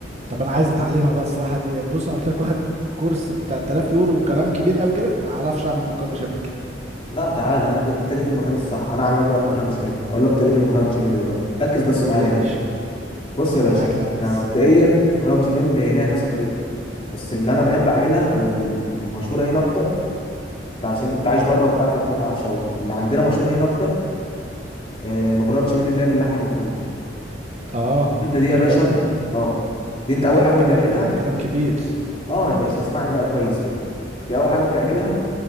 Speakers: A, on the right; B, on the left.
A: طب انا عايز اتعلمها بقى الصراحه دي بص انا قلت لك واخد كورس ب 3000 يورو وكلام كبير قوي كده ما اعرفش اعمل مكرونه بشاميل
B: لا تعالى انا جيت انت جيت في المكان الصح انا اعلمك بقى مكرونه بشاميل اقول لك طريقه المكرونه بشاميل دلوقتي ركز بس
A: قول
B: معايا
A: يا باشا
B: كده بص يا
A: معاك
B: باشا
A: يا
B: احنا
A: ريس
B: مبدئيا مكرونه بشاميل هي ليها كذا طريقه بس اللي انا بحب اعملها او ال- المشهوره هنا اكتر انت عشان انت كنت عايش بره وبتاع فانت ما تعرفش قوي اللي عندنا مشهوره هنا اكتر آه، مكرونه بشاميل اللي هي باللحمه المفرومه
A: اه
B: انت دي
A: انت
B: يا باشا
A: كده بت-
B: ب...
A: انت
B: اه دي انت اول
A: كده بتتكلم
B: حاجه بتعملها
A: في كلام كبير
B: اه يا باشا اسمعني بقى كويس كده دي اول حاجه بتعملها